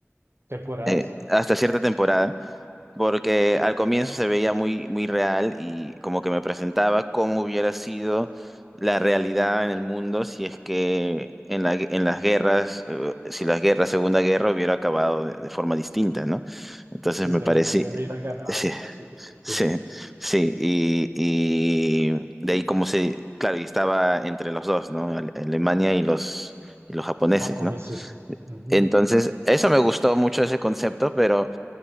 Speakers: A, on the right; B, in the centre.
A: Temporadas,
B: eh, hasta cierta temporada. porque al comienzo se veía muy, muy real y como que me presentaba cómo hubiera sido la realidad en el mundo si es que en la- en las guerras, eh, si las guerras, Segunda Guerra hubiera acabado de, de forma distinta, ¿no? Entonces
A: sí,
B: me
A: si
B: parecía,
A: Alemania hubiera ganado,
B: sí,
A: básicamente,
B: sí, sí, y, y de ahí como se, claro, y estaba entre los dos, ¿no? Ale- Alemania y los, y los japoneses,
A: japoneses.
B: ¿no?
A: Ujú.
B: Entonces, eso me gustó mucho ese concepto, pero